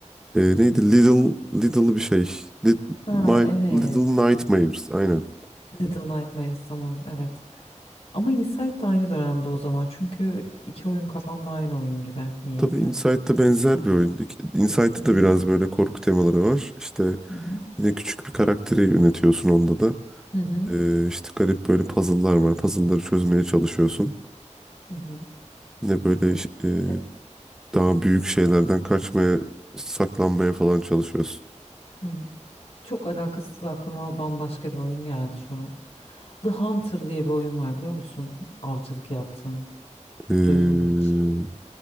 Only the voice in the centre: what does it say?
E, neydi? Little Little bir şey. Lit-
My
Little Nightmares. Aynen.
Tabii Inside'da benzer bir oyun. Inside'da
da biraz böyle korku temaları var. İşte
yine küçük bir karakteri yönetiyorsun onda da.
E, işte garip böyle puzzle'lar var. Puzzle'ları çözmeye çalışıyorsun.
Yine böyle
e, daha büyük şeylerden kaçmaya, saklanmaya falan çalışıyorsun.
Ee,